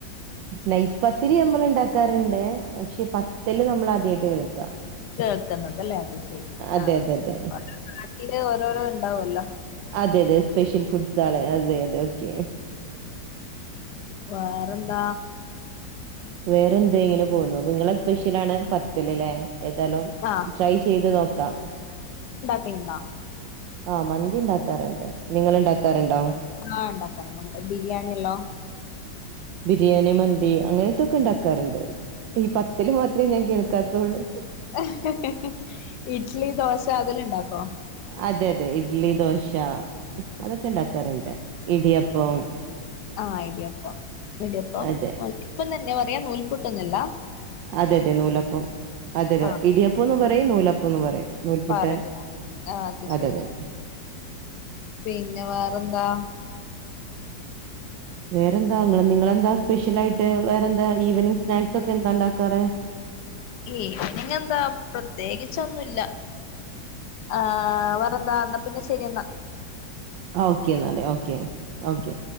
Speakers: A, on the right; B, on the left.
A: നൈസ് പത്തിരി നമ്മള ഉണ്ടാക്കാറുണ്ടേ പക്ഷെ പത്തില്ല് നമ്മൾ ആദ്യമായിട്ട് കേൾക്കാ
B: കേൾക്കുന്നതല്ലേ അത് ശരി
A: അതെ
B: ആഹ
A: അതെ അതെ
B: നാട്ടില് ഓരോരോ ഉണ്ടാവല്ലോ?
A: അതെ അതെ സ്പെഷ്യൽ ഫുഡ്സ് ആണ് അതെ അതെ ഓക്കെ
B: വേറെന്താ?
A: വേറെ എന്താ ഇങ്ങനെ പോന്നോ നിങ്ങളെ സ്പെഷ്യൽ ആണ് പത്തൽല്ലേ. ഏതായാലും
B: ആഹ്
A: ട്രൈ ചെയ്ത് നോക്കാം
B: എന്താ?
A: ആ മന്തി ഉണ്ടാക്കാറുണ്ട് നിങ്ങൾ ഉണ്ടാക്കാറുണ്ടോ?
B: ആഹ് ഉണ്ടാക്കാം ബിരിയാണില്ലോ?
A: ബിരിയാണി മന്തി അങ്ങനത്തൊക്കെ ഉണ്ടാക്കാറുണ്ട്. ഈ പത്തിൽ മാത്രമേ ഞാൻ കേൾക്കാ- ഉള്ളു
B: ഹ് ഹ് ഇഡ്ലി ദോശ അതില ഉണ്ടാക്കോ?
A: അതെ അതെ ഇഡ്ലി ദോശ അതൊക്കെ ഉണ്ടാക്കാറുണ്ട് ഇടിയപ്പം പ്പേം
B: ആഹ ഇടിയപ്പം ഇടിയപ്പം
A: അതെ
B: ഓൽക്കും തന്നെ നൂൽപൊട്ടുന്നൊല്ല
A: അതെ അതെ നൂലപ്പം അതെ അതെ
B: ആഹ്
A: ഇടിയപ്പന്ന് പറയും നൂലപ്പം പറയും നൂൽപുട്ട്
B: പറയാ ആ അത് ശരി
A: അതെ അതെ
B: പിന്നെ വേറെന്താ
A: വേറെന്താ നിങ്ങ നിങ്ങളെന്താ സ്പെഷ്യൽ ആയിട്ട് വേറെന്താ ഈവനിംഗ് സ്നാക്സ് ഒക്കെ എന്താ ഉണ്ടാക്കാറ്
B: ഏ നിങ്ങ എന്താ പ്രത്യേകിച്ചൊന്നുംല്ല ആഹ വേറെന്താ എന്നാ പിന്നെ ശരിയെന്നാ
A: ഓക്കേ എന്നാലേ ഓക്കേ ഓക്കെ